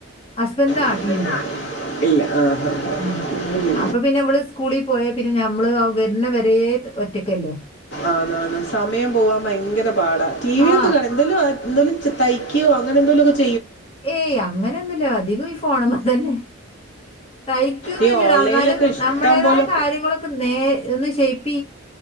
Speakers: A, on the left; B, on the left.
A: ഹസ്ബൻഡ് നാട്ടിലില്ല
B: ഹസ്ബൻഡാണ്. ഇല്ല ആ ഹാ ഹാ.
A: ആഹ്
B: ഉം.
A: അപ്പൊ പിന്നെ ഇവള് സ്കൂളിൽ പോയാ പിന്നെ ഞാ- നമ്മള് വരുന്ന വരേ ഒറ്റക്കല്ലേ
B: ആന് ആന് സമയം പോവാൻ ഭയങ്കര പാടാ ടി വി
A: ആ
B: ഒക്കെ കാണും എന്തെലും എന്തൊലും- തൈക്കുവോ അങ്ങനെയെന്തേലും ഒക്കെ -
A: ഏയ് അങ്ങനൊന്നില്ല അധികം ഈ ഫോണുംമേ തന്നെ- തയ്ക്കൊന്നില്ല
B: ഈ ഓൺലൈനിലൊക്കെ
A: എന്നാലും
B: ഇഷ്ടം
A: നമ്മുടേതായ
B: പോലെ
A: കാര്യങ്ങളൊക്കെ നേ ഒന്ന് ചെയി-